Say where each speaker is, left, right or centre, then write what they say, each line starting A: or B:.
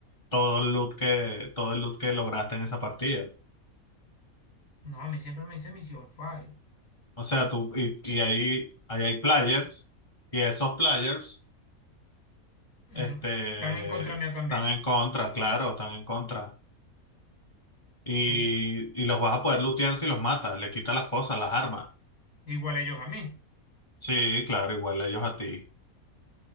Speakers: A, on the left; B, on the left.
A: todo el loot que, todo el loot que lograste en esa partida.
B: No, a mí siempre me dice misión fail.
A: O sea, tú, y, y ahí, ahí hay players y esos players,
B: Ujú.
A: este,
B: Están en contra
A: están
B: mío también.
A: en contra, claro, están en contra. Y,
B: Ey-
A: y los vas a poder lootear si los matas, le quitas las cosas, las armas.
B: igual ellos a mí.
A: Sí, claro, igual ellos a ti.